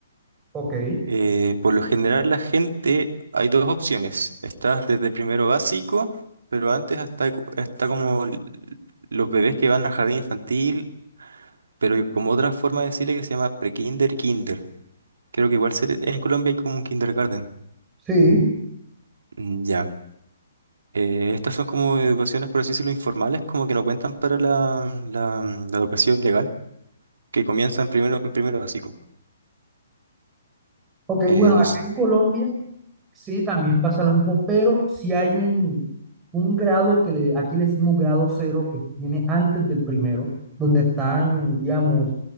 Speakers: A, on the right; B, on the right.
A: Ok.
B: Eh, por lo general la gente, hay dos opciones. Estás desde primero básico, pero antes hasta cu- está como l- los bebés que van a jardín infantil, pero hay como otra forma de decirle que se llama pre-kinder y kinder. Creo que igual se le- en Colombia hay como un kindergarten.
A: Sí,
B: Mm, Ya. Eh, estas son como educaciones, por así decirlo, informales, como que no cuentan para la, la, mm, la educación legal, que comienza en primero, en primero básico.
A: ok,
B: Eh,
A: bueno,
B: no
A: acá
B: s-
A: en Colombia sí también pasa lo mismo, pero sí hay un, un grado que le- aquí le decimos grado cero, que viene antes del primero, donde están, digamos,